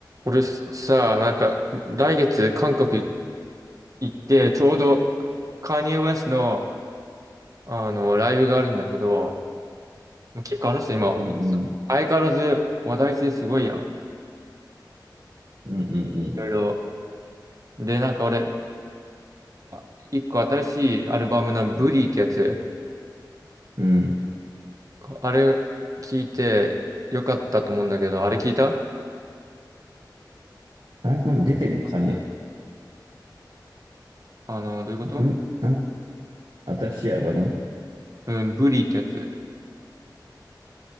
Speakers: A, on the right; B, on the right.
A: 俺さ、なんか、来月韓国行って、ちょうどカニエ・ウェストの、あの、ライブがあるんだけど、結構あの人今、
B: うんうん。
A: 相変わらず話題性すごいやん。
B: うんう
A: いろいろ。
B: ん
A: で、なんか俺、あ一個新しいアルバムのブリーってやつ、
B: うん。うん。
A: あれ聞いてよかったと思うんだけど、あれ聞いた
B: あれ、なんか出てんのカーニエ。
A: あの、どういうこと
B: ブ、なん、新しいアルバム
A: うん、ブリーってやつ。